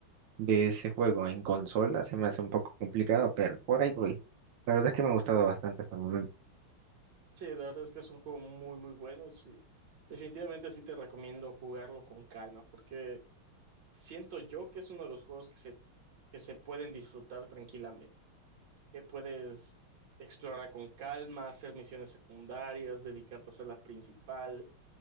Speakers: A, on the right (about 80°); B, on the right (about 60°).
A: de ese juego en consola, se me hace un poco complicado, pero por ahí voy. La verdad es que me ha gustado bastante hasta el momento.
B: Sí, la verdad es que es un juego muy, muy bueno. Sí. Definitivamente sí te recomiendo jugarlo con calma, porque... Siento yo que es uno de los juegos que se, que se pueden disfrutar tranquilamente, que puedes explorar con calma, hacer misiones secundarias, dedicarte a hacer la principal.